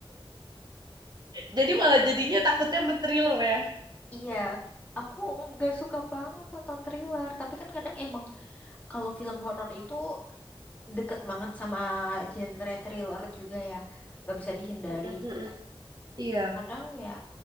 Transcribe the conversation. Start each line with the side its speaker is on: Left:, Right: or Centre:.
Right: Jadi malah jadinya takutnya sama thriller ya.
Left: Iya, aku nggak suka banget nonton thriller. Tapi kan kadang emang kalau film horor itu deket banget sama genre thriller juga ya. Nggak bisa dihindari.
Right: Heeh. Heeh. Iya.
Left: Kadang ya,